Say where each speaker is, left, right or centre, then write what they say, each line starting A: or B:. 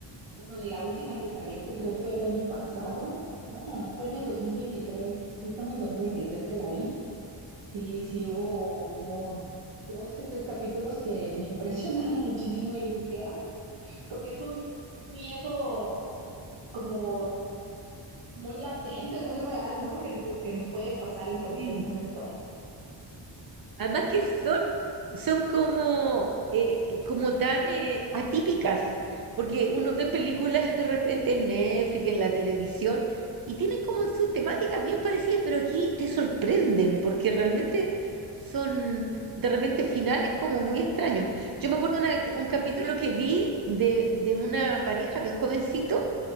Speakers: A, on the right; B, on the right.
A: bueno, de la última que salió, que creo fue el año pasado, no, fue en el 2023 sí, fue en el 2023 que la vi, sí, sí, hubo dos que tres capítulos que me impresionaron <laughs> muchísimo y dije, ah, porque es un miedo pues, como muy latente, muy real, ¿no? Que, que nos puede pasar en cualquier
B: Sí.
A: momento.
B: Además que son, son como, eh, como tan eh, atípicas, porque uno ve películas de repente en Netflix, en la televisión, y tienen como sus temáticas bien parecidas, pero aquí te sorprenden, porque realmente son de repente finales como muy extraños. Yo me acuerdo una- un capítulo que vi de, de una pareja bien jovencito